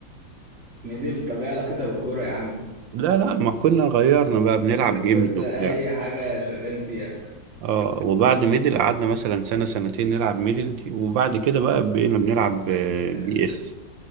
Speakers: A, on the right; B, on the right.
A: <laughs> ميدل طب ايه علاقتها بالكورة يا عم
B: لا لا ما كنا غيرنا بقى بنلعب
A: طب
B: جيمز
A: كنت اي
B: وبتاع
A: حاجة شغال فيها
B: اه وبعد ميدل قعدنا مثلا سنه سنتين نلعب ميدل دي وبعد كده بقى بقينا بنلعب آه،
A: آه،
B: بي اس